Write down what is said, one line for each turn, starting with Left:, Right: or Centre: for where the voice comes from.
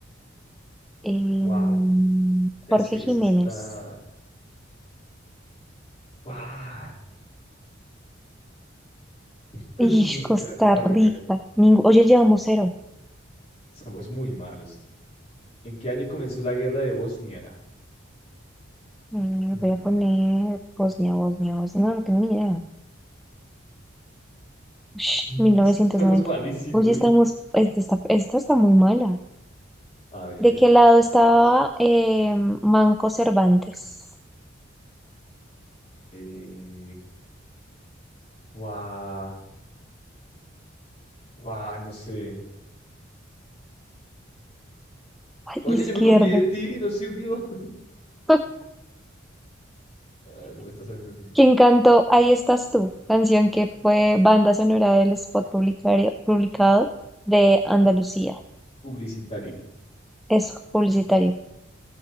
Centre: Em,
Left: Wow. Ya
Centre: Jorge
Left: sé,
Centre: Jiménez.
Left: esa está. ¡Guau! Pues
Centre: Ish,
Left: ninguno.
Centre: Costa
Left: Era Costa Rica.
Centre: Rica. Ningú- Oye, llevamos cero.
Left: Somos muy malos. ¿En qué año comenzó la guerra de Bosnia?
Centre: Mm,
Left: Mm.
Centre: voy a poner Bosnia, Bosnia, Bosnia. No, no tengo ni idea. Ush,
Left: <laughs>
Centre: 1990.
Left: Somos malísimos.
Centre: Oye, estamos. esta, esta está muy mala.
Left: A ver.
Centre: ¿De qué lado estaba
Left: más.
Centre: eh, Manco Cervantes?
Left: Eh, guau, guau, no sé.
Centre: Ay,
Left: Oye,
Centre: izquierdo.
Left: yo me copié de ti, no sirvió. <laughs>
Centre: <laughs>
Left: Ah, no me está saliendo bien.
Centre: ¿Quién cantó Ahí estás tú? Canción que fue banda sonora del spot publicario- publicado de Andalucía.
Left: Publicitario.
Centre: Eso, publicitario.